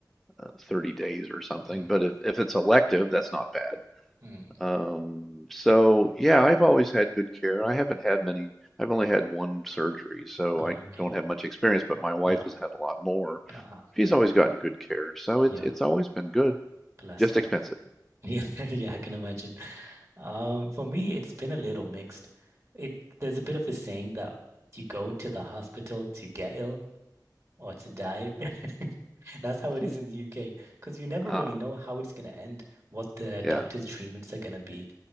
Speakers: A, in the centre; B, on the right.
A: uh, 30 days or something.
B: mm,
A: But if, if it's elective, that's not bad.
B: mm.
A: Um, so yeah, I've always had good care. I haven't had many, I've only had one surgery, so
B: Oh,
A: I
B: okay,
A: don't have much experience, but my wife
B: yeah,
A: has had a lot more.
B: uh,
A: She's always gotten good care, so
B: yeah,
A: it's it's always been good,
B: bless
A: just
B: her.
A: expensive.
B: <laughs> Yeah, yeah, I can imagine. Um, for me, it's been a little mixed. It there's a bit of a saying that you go to the hospital to get ill. or to die. <laughs> That's how it
A: Hmm.
B: is in the UK because you never
A: Ah,
B: really know how it's going to end, what the doctor's
A: yeah,
B: treatments are going to be.